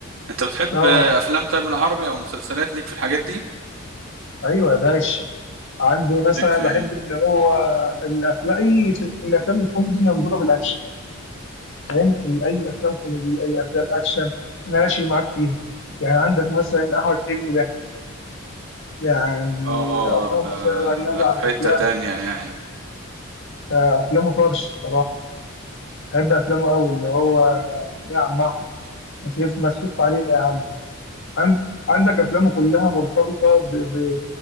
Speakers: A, on the right (about 70°); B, on the left (about 60°).
A: انت بتحب
B: اه
A: افلام طيب العربي او مسلسلات ليك في الحاجات دي
B: ايوه يا باشا عندي مثلا
A: ليك في
B: بحب
A: ايه
B: اللي هو الافلام اي الافلام الكوميدي اللي مضروبه بالاكشن فاهم اي افلام كوميدي اي افلام اكشن انا ماشي معاك فيها يعني عندك مثلا احمد حلمي ده يعني
A: اه
B: اللهم
A: ده
B: صل على النبي
A: ده
B: على
A: في حته
B: افلام
A: تانية يعني
B: آه، افلامه طرش الصراحه بحب افلامه قوي اللي هو يا عم احمد ما تلف ما تلف علينا يا عم عن- عندك افلامه كلها مرتبطه ب... ب...